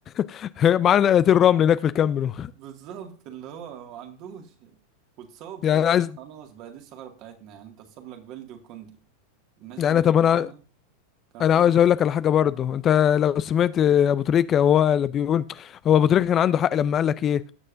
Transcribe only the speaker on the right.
بالظبط اللي هو ما عندوش واتصاب
بقى
خلاص بقى دي الثغرة بتاعتنا يعني انت اتصاب لك بلدي وكوندي الناس دي
لو كانت
معانا كانوا
فرقوا